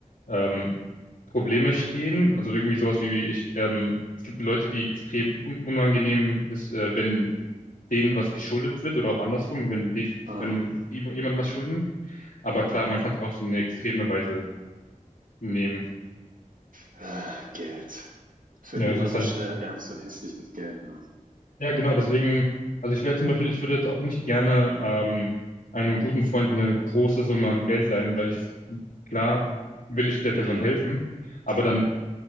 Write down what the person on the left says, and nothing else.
ähm, Probleme stehen. Also irgendwie sowas wie ich, ähm, es gibt Leute, die extrem un unangenehm ist, äh, wenn denen was geschuldet wird oder auch andersrum, wenn die,
wenn die jemand was schulden. Aber
klar, man kann es auch auf so eine extreme Weise nehmen.
Ja,
es ist
halt,
ja, genau, deswegen, also ich wäre zum Beispiel, ich würde jetzt auch nicht gerne ähm, einem guten Freund eine große Summe an Geld leihen, weil ich, klar, will ich der Person
helfen, aber
dann